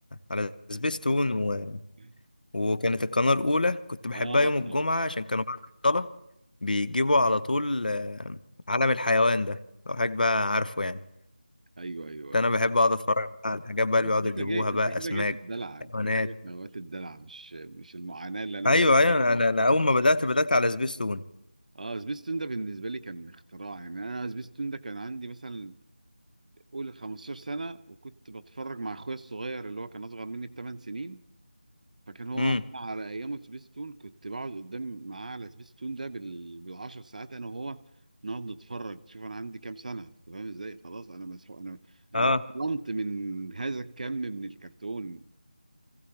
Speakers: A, on the left (about 55°); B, on the right (about 50°).
A: على سبيستون و...
B: <laughs>
A: وكانت القناه الاولى كنت بحبها
B: اه
A: يوم
B: مم.
A: الجمعه عشان كانوا بعد الصلاه بيجيبوا على طول آه، عالم الحيوان ده لو حضرتك بقى عارفه يعني
B: ايوه ايوه ايوه
A: ده انا بحب اقعد اتفرج على الحاجات بقى
B: بس
A: اللي بيقعدوا
B: انت
A: يجيبوها
B: جاي انت
A: بقى
B: كده
A: اسماك
B: جاي في الدلع انت
A: حيوانات
B: جاي جاي في نوبات الدلع مش مش المعاناه اللي انا
A: ايوه
B: بتكلم
A: ايوه
B: فيها
A: انا انا اول ما بدات بدات على سبيستون
B: اه سبيستون ده بالنسبه لي كان اختراع يعني انا سبيستون ده كان عندي مثلا قول 15 سنه وكنت بتفرج مع اخويا الصغير اللي هو كان اصغر مني بثمان سنين فكان هو
A: امم
B: على ايامه سبيستون كنت بقعد قدام معاه على سبيستون ده بال... بالعشر ساعات انا وهو نقعد نتفرج شوف انا عندي كام سنه أنت فاهم ازاي خلاص انا مسحوق انا انا
A: اه
B: اتطعمت من هذا الكم من الكرتون